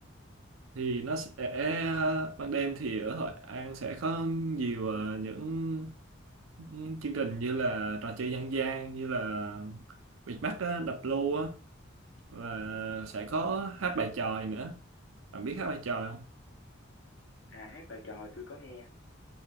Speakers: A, on the right; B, on the left.
A: thì nó sẽ ban đêm thì ở Hội An sẽ có nhiều ờ, những những chương trình như là trò chơi dân gian như là bịt mắt á, đập lô á và
B: Ừ.
A: sẽ có hát bài chòi nữa bạn biết hát bài chòi không
B: À hát bài tròi tôi có nghe.